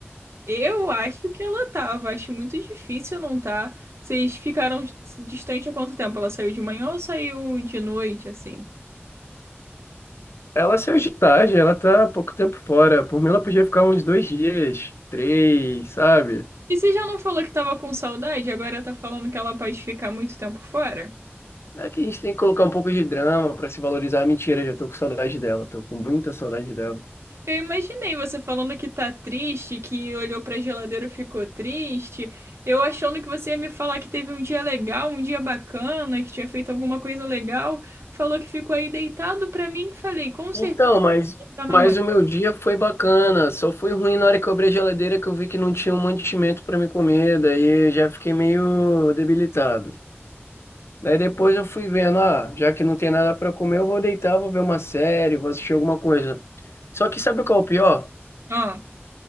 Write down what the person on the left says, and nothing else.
Ela saiu de tarde, ela tá há pouco tempo fora. Por mim, ela podia ficar uns dois dias, três, sabe?
É que a gente tem que colocar um pouco de drama pra se valorizar. Mentira, já tô com saudade dela, tô com muita saudade dela.
Então, mas,
mas o meu dia foi bacana. Só foi ruim na hora que eu abri a geladeira que eu vi que não tinha um mantimento pra me comer, daí eu já fiquei meio debilitado. Daí depois eu fui vendo, ah, já que não tem nada pra comer, eu vou deitar, vou ver uma série, vou assistir alguma coisa. Só que sabe qual é o pior?